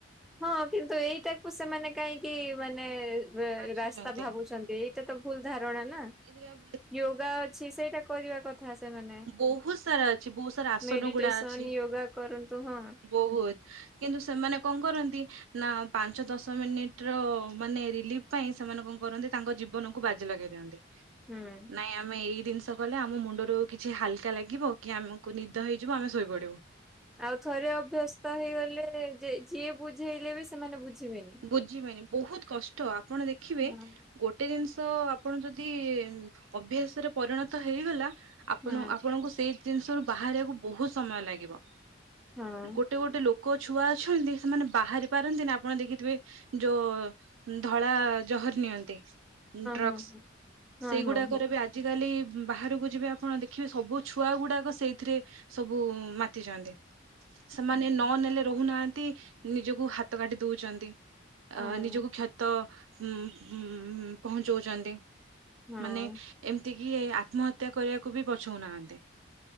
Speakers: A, in the centre; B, on the right.
A: ହଁ କିନ୍ତୁ ଏଇଟାକୁ ସେମାନେ କାହିଁକି ମାନେ
B: ବାଛୁଛନ୍ତି
A: ରାସ୍ତା ଭାବୁଛନ୍ତି ଏଇଟା ତ ଭୁଲ ଧାରଣା ନା।
B: ଏରିଆ ବୁ
A: ୟୋଗା ଅଛି ସେଇଟା କରିବା କଥା ସେମାନେ
B: ବହୁତ ସାରା ଅଛି ବହୁତ ସାରା ଆସନ
A: ମେଡିଟେସନ
B: ଗୁଡା ଅଛି
A: ୟୋଗା କରନ୍ତୁ ହଁ।
B: ବହୁତ କିନ୍ତୁ ସେମାନେ କଣ କରନ୍ତି ନା ପାଞ୍ଚ ଦଶ ମିନିଟ ର ମାନେ ରିଲିଫ ପାଇଁ ସେମାନେ କଣ କରନ୍ତି ତାଙ୍କ ଜୀବନକୁ ବାଜି ଲଗେଇ ଦିଅନ୍ତି
A: ହୁଁ
B: ନାଇଁ ଆମେ ଏଇ ଜିନିଷ କଲେ ଆମ ମୁଣ୍ଡରୁ କିଛି ହାଲକା ଲାଗିବ କି ଆମକୁ ନିଦ ହେଇଯିବ ଆମେ ଶୋଇପଡିବୁ।
A: ଆଉ ଥରେ ଅଭ୍ୟସ୍ତ ହେଇଗଲେ ଯିଏ ବୁଝେଇଲେ ବି ସେମାନେ ବୁଝିବେନି।
B: ବୁଝିବେନି ବହୁତ କଷ୍ଟ ଆପଣ ଦେଖିବେ
A: ହଁ
B: ଗୋଟେ ଜିନିଷ ଆପଣ ଯଦି ଅଭ୍ୟାସରେ ପରିଣତ ହେଇଗଲା। ଆପଣ
A: ହଁ
B: ଆପଣଙ୍କୁ ସେଇ ଜିନିଷରୁୁ ବାହାରିବାକୁ ବହୁତ ସମୟ ଲାଗିବ
A: ହଁ
B: ଗୋ ଗୋଟେ ଗୋଟେ ଲୋକ ଛୁଆ ଅଛନ୍ତି ସେମାନେ ବାହାରି ପାରନ୍ତି ନା ଆପଣ ଦେଖି ଥିବେ ଯୋଉ ଧଳା ଜହର ନିଅନ୍ତି। ଡ୍ରଗସ
A: ହଁ ହଁ ହଁ
B: ସେଇଗୁଡାକରେ
A: ହଁ ହଁ
B: ବି ଆ ଆଜିକାଲି ବାହାରକୁ ଯିବେ ଆପଣ ଦେଖିବେ ସବୁ ଛୁଆ ଗୁଡ଼ାକ ସେଇଥିରେ ସବୁ ମାତିଛନ୍ତି। ସେମାନେ ନ ନେଲେ ରହୁନାହାନ୍ତି ନିଜକୁ ହାତ କାଟିି ଦଉଛନ୍ତି।
A: ହଁ ହଁ
B: ଅ ନିଜକୁ କ୍ଷତ ଉଁ ଉଁ ପହଞ୍ଚଉଛନ୍ତି
A: ହଁ
B: ମାନେ ଏମିତିକି ଆତ୍ମହତ୍ୟା କରିବାକୁ ବି ପଛଉନାହାଁନ୍ତି।